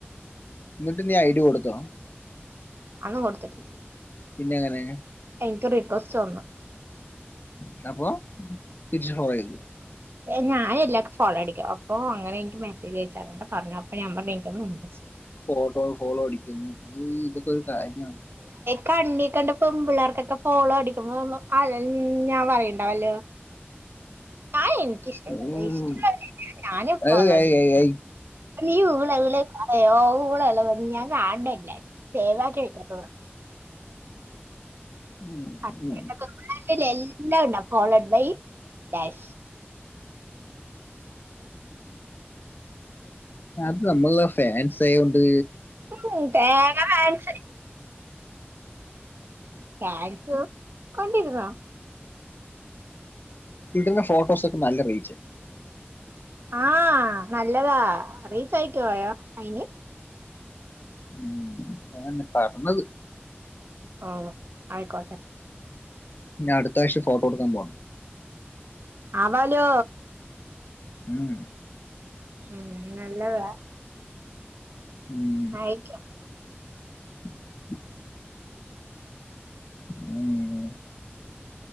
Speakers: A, on the left (about 50°); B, on the right (about 60°).
A: എന്നിട്ട് നീ ഐഡികൊടുത്തോ?
B: അത് കൊട്ത്തില്ല
A: പിന്നെ എങ്ങനെയാ?
B: എനിക്ക് റിക്വസ്റ്റ് വന്നു
A: എന്ന പോവാ തിരിച്ച്ഫോളോയ്തു
B: ഞാനാല്ലാവർക്കും ഫോളോടിക്കും അപ്പോ അങ്ങനെ എനിക്ക് മെസേജ് അയച്ച പറഞ്ഞു പറ്ഞ്ഞു <unintelligible>
A: ഫോട്ടോ ഫോളോഅടിക്കുന്നു ഉംഹ് ഇതൊക്കെരുകാര്യണ്
B: കണ്ണികണ്ട പെമ്മ്പിള്ളേർക്കൊക്കെ ഫോളോഅടിക്കുമ്പോ അഴഞ്ഞാൻ പറയണ്ടാവല്ലോ ആഎൻക്കിഷ്ടമുള്ളത്
A: ഉം.
B: <unintelligible> ഞാനുംഫോളോടിക്കും
A: ഏയ് ഏയ് ഏയ് ഏയ്
B: നീ ഊള അല്ലേൽ പറയോ ഊള അല്ലെന്നു ഞാൻ കാണണല്ലേ സേവാക്കി വെക്കാത്തതാ
A: ഉം.
B: <unintelligible> എല്ലാം ണ്ടാവും ഫോളോഡ് ബൈ ഡാഷ്
A: അത് നമ്മള്ളെഫാൻസ്ആയൊണ്ട്
B: ഉഹും തേങ്ങഫാൻസ്‌ ഫാരിസുംകൊണ്ടിരുന്നോ
A: ഇടുന്നഫോട്ടോസൊക്കെനല്ലറീച്ച്
B: ആഹ് നല്ലതാ റീച്ചയക്കൊഅയിന്
A: ഉം അതന്നെപറണത്
B: ഓഹ് ആയിക്കോട്ടെ
A: ഇനി അടതാഴ്‌ച ഫോട്ടോ എടുക്കാൻ പോണം
B: ആവാലോ
A: ആഹ്
B: ആഹ് നല്ലതാ
A: ഉം
B: ആയിക്കോ
A: <inaudible> ഉം